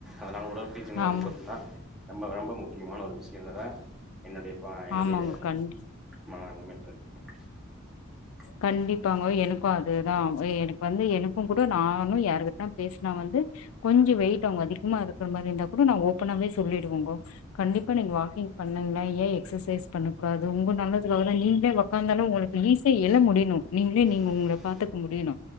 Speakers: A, in the centre; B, on the left (about 70°).
A: அத்னால ஊ <unintelligible> டீச்சிங்கு வந்து
B: ஆமா
A: பாத்துட்டீங்னா ரொம்பக ரொம்ப முக்கியமான ஒரு விஷ்யலதா என்னோடைய ப என்னோடைய
B: ஆமாங்க கண்
A: ம <unintelligible>
B: கண்டிப்பாங்கோ எனக்கு அதுதா எனக்கு வந்து எனக்குன் கூட நானு யாருகிட்ட பேசினா வந்து கொஞ்சோ வெயிட் அவுங்க அதிகமா இருக்கிற மாரி இருந்தா கூட நா ஓப்பனாவே சொல்லிடுவோங்கோ கண்டிப்பா நீங்க வாக்கிங் பண்ணங்ளே ஏ எக்ஸசைஸ் பண்ணகூடாது உங்க நல்லதுக்காகதா நீங்ளே ஒக்காந்தாலு உங்களுக்கு ஈஸி எழ முடியணு நீங்ளே நீங்க
A: கண்டிப்பா
B: உங்கள பாத்துக்க முடியணு